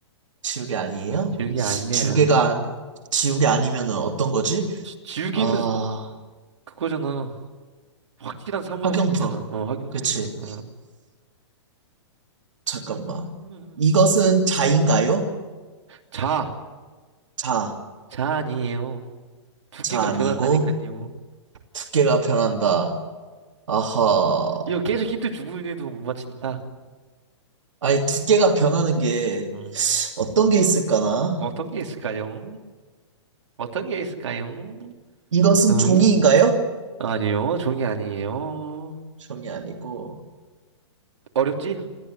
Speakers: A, on the right; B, on the right.
A: 지우개 아니에요?
B: 지우개 아니에요.
A: 지우개가 안- 지우개 아니면은 어떤 거지?
B: 지, 지우개는
A: 아
B: 그거잖아. 확실한 사무용품이잖아.
A: 학용품.
B: 어, 학용품이잖아.
A: 그치.
B: 어.
A: 잠깐만.
B: 음.
A: 이것은 자인가요?
B: 자,
A: 자,
B: 자 아니에요. 두께가
A: 자 아니고.
B: 변한다니까요.
A: 두께가 변한다. 아하.
B: 이거 계속 힌트 주고 있는데도 못 맞힌다.
A: 아니, 두께가 변하는 게
B: 음.
A: 어떤 게 있을까나?
B: 어떤 게 있을까요? 어떤 게 있을까요?
A: 이것은 종이인가요?
B: 이 아니요, 종이 아니에요.
A: 종이 아니고.
B: 어렵지?